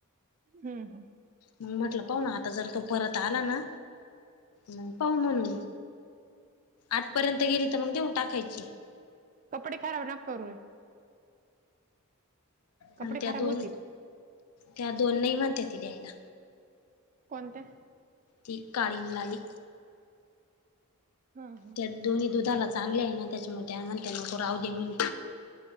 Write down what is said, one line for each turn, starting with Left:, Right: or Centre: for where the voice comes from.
Right: हम्,
Left: मग म्हटलं पाहूना आता जर तो परत आला ना, मग पाह म्हणून, आठपर्यंत गेली, तर मग देऊन टाकायची.
Right: कपडे खराब ना करु, कपडे
Left: आणि त्या,
Right: खराब
Left: दोन
Right: होतील
Left: त्या दोन नाही म्हणत ती द्यायला!
Right: कोणत्या?
Left: ती काळी, लाली
Right: हा, हा,
Left: त्या दोन्ही दुधाला चांगले आहे ना, त्याच्यामुळे म्हणते नको राह दे म्हण.